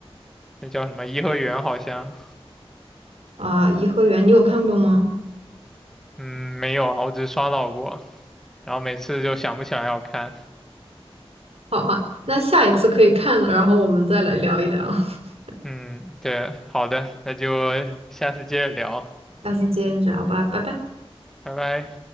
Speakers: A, in the centre; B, on the right.
A: 那叫什么颐和园好像，
B: 啊，颐和园》你有看过吗？
A: 嗯，没有啊，我只刷到过，然后每次就想不起来要看。
B: 好啊，那下一次可以看了，然后我们再来聊一聊。<laughs>
A: 嗯，对，好的，那就下次接着聊，
B: 下次见，这样吧，拜拜。
A: 拜拜。